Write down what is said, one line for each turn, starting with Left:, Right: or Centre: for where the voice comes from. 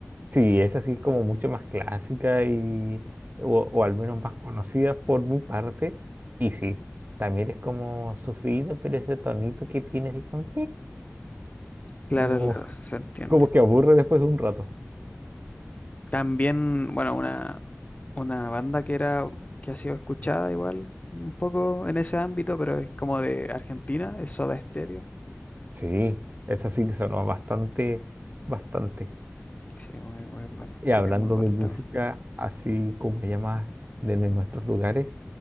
Right: sí, es así como mucho más clásica y, o, o al menos más conocida por mi parte. Y sí, también es como sufrido, pero ese tonito que tienes de como...
Left: Claro,
Right: No,
Left: claro,
Right: <laughs>
Left: se entiende.
Right: como que aburre después de un rato.
Left: También, bueno, una, una banda que era, que ha sido escuchada igual, un poco en ese ámbito, pero es como de Argentina, es Soda Stereo.
Right: Sí, eso sí que sonó bastante, bastante.
Left: Sí, muy, muy bueno,
Right: Y hablando
Left: tiene muy buenos
Right: de música,
Left: temas.
Right: así como llamas desde nuestros lugares,